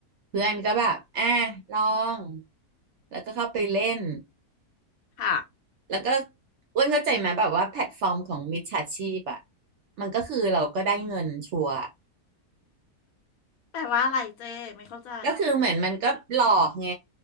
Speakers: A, on the right (about 65°); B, on the left (about 70°).
A: เพื่อนก็แบบอ่ะลองแล้วก็เข้าไปเล่น
B: ค่ะ
A: แล้วก็อ้วนเข้าใจไหมแบบว่าแพลตฟอร์มของมิจฉาชีพอ่ะมันก็คือเราก็ได้เงินชัวร์
B: แปลว่าอะไรเจ้ไม่เข้าใจ
A: ก็คือเหมือนมันก็หลอกไง